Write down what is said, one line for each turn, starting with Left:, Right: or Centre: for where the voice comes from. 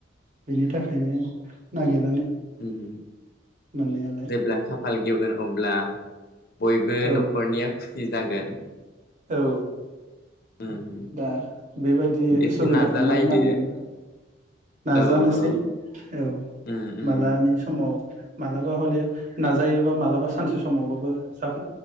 Right: बेनि थाखायनो नागिर
Left: उम
Right: मोननायालाय
Left: जेब्ला खाफाल गेवगोन अब्ला बयबो
Right: औ
Left: न'खरनिया सि जागोन।
Right: औ
Left: उम
Right: दा बेबायदि
Left: एसे
Right: सुबिदाखौनो
Left: नाजालायदो
Right: नागिरनो नाजानोसै
Left: औ औ
Right: औ
Left: उम उम
Right: मालानि समाव मालाबा हले नाजायोबा मालाबा सानसे समावबाबो जाफ